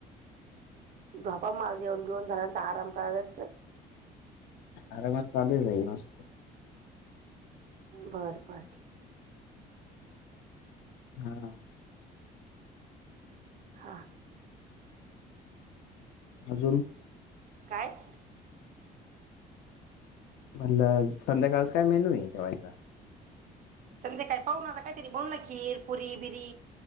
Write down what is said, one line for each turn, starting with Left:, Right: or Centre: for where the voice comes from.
Right: झोपा म जेऊन घेऊन झाल्यानंतर आराम करालास.
Left: आराम चालू ये बाई मस्त.
Right: बरं बरं ठीक आहे.
Left: हा.
Right: हा.
Left: अजून.
Right: काय?
Left: म्हटलं संध्याकाळच काय मेनू ये जेवायला.
Right: संध्या काय पाहुना काहीतरी बोल ना खीर पुरी बिरी